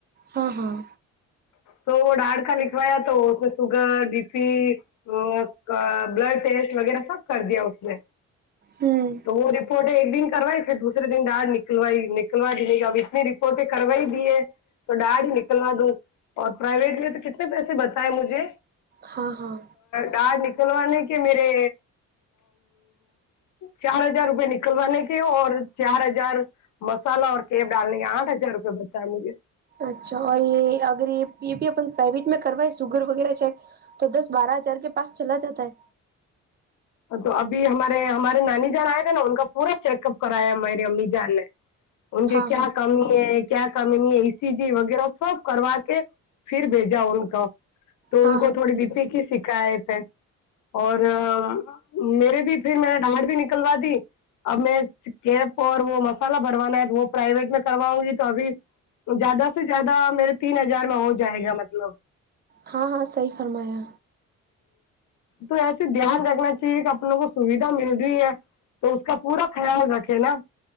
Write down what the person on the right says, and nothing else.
ہاں ہاں
ہوں
ہاں ہاں
اچھا اور یہ اگر یہ یہ بھی اپ پرائیویٹ میں کروا سوگر وغیرہ چیک تو دس بارہ ہزار کے پاس چلا جاتا ہے
ہاں
ہاں
ہاں
ہاں
صحیح
ہاں ہاں صحیح فرمایا